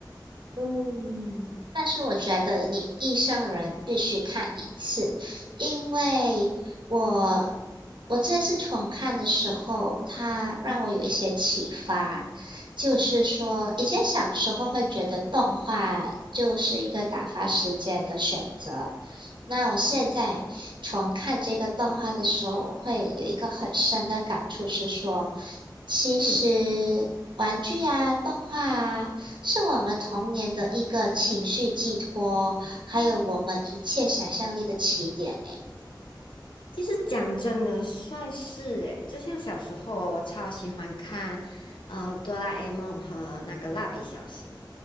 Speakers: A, on the right; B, on the left.
A: 嗯，但是我觉得你一生人必须看一次，因为我我这次重看的时候，它让我有一些启发，就是说以前小时候会觉得动画就是一个打发时间的选择，那我现在重看这个动画的时候，
B: 嗯
A: 我会有一个很深的感触是说，其实玩具啊、
B: 嗯。
A: 动画啊。是我们童年的一个情绪寄托，还有我们一切想象力的起点呢。
B: 其实讲真的，算是诶，就像小时候哦我超喜欢看呃《哆啦 A 梦》和那个《蜡笔小新》，